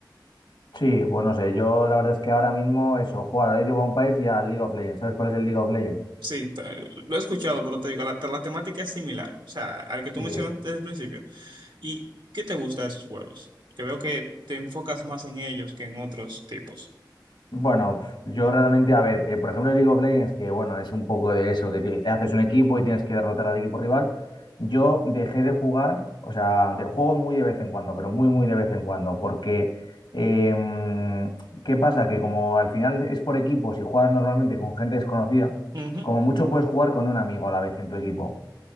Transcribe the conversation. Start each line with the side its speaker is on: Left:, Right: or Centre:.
Left: Sí, pues no sé, yo la verdad es que ahora mismo eso, jugar a Age of Empires y a League of Legends. ¿Sabes cuál es el League of Legends?
Right: Sí, ta- lo he escuchado, pero te digo, la, la temática es similar, o sea, al que tú
Left: Sí.
Right: mencionaste desde el principio. ¿Y qué te gusta de esos juegos? Que veo que te enfocas más en ellos que en otros tipos.
Left: Bueno, f- yo realmente, a ver, eh, por ejemplo, el League of Legends, que bueno, es un poco de eso, que ti- haces un equipo y tienes que derrotar al equipo rival. Yo dejé de jugar, o sea, de- juego muy de vez en cuando, pero muy, muy de vez en cuando, porque em, ¿qué pasa? Que como al final es por equipos y juegas normalmente con gente desconocida,
Right: Ujú.
Left: como mucho puedes jugar con un amigo a la vez en tu equipo.